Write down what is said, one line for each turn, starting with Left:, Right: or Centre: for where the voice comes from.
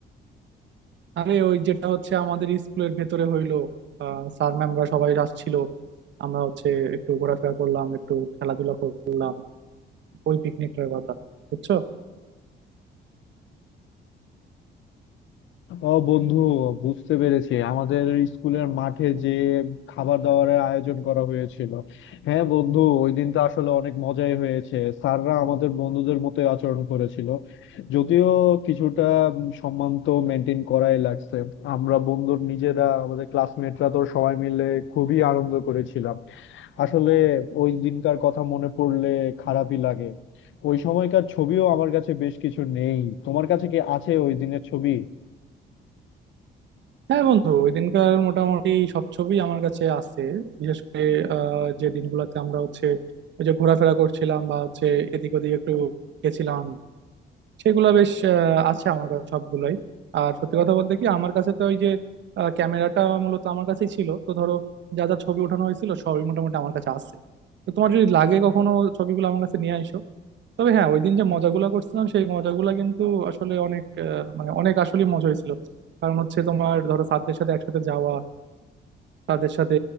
Right: আরে ওই যেটা হচ্ছে আমাদের স্কুলের ভেতরে হইলো আহ স্যার ম্যামরা সবাই আসছিল আমরা হচ্ছে একটু ঘোরাফেরা করলাম একটু খেলাধুলা করলাম ওই পিকনিকটার কথা বুঝছো
Left: ও বন্ধু বুঝতে পেরেছি আমাদের স্কুলের মাঠে যে খাবার দাবারের আয়োজন করা হয়েছিল হ্যাঁ বন্ধু ওই দিন তো আসলে অনেক মজাই হয়েছে স্যাররা আমাদের বন্ধুদের মতোই আচরণ করেছিল যদিও কিছুটা উম, সম্মান তো মেনটেন করাই লাগছে আমরা বন্ধুর নিজেরা আমাদের ক্লাসমেটরা তো সবাই মিলে খুবই আনন্দ করেছিলাম আসলে ওই দিনকার কথা মনে পড়লে খারাপই লাগে ওই সময়কার ছবিও আমার কাছে বেশ কিছু নেই তোমার কাছে কি আছে ওই দিনের ছবি
Right: হ্যাঁ বন্ধু ওই দিনকার মোটামুটি সব ছবি আমার কাছে আছে বিশেষ করে আহ, যে দিনগুলোতে আমরা হচ্ছে ওই যে ঘোরাফেরা করছিলাম বা হচ্ছে এদিক ওদিক একটু গেছিলাম সেগুলো বেশ আহ, আছে আমার কাছে সবগুলোই আর সত্যি কথা বলতে কি আমার কাছে তো ওই যে আহ, ক্যামেরাটা মূলত আমার কাছেই ছিল তো ধরো যা যা ছবি ওঠানো হয়েছিল সবই মোটামুটি আমার কাছে আছে তো তোমার যদি লাগে কখনো ছবিগুলো আমার কাছে নিয়ে আসো তবে হ্যাঁ ওই দিন যে মজাগুলা করছিলাম সেই মজাগুলা কিন্তু আসলে অনেক আহ, মানে অনেক আসলে মজা হয়েছিল কারণ হচ্ছে তোমার ধরো ছাত্রদের সাথে একসাথে যাওয়া তাদের সাথে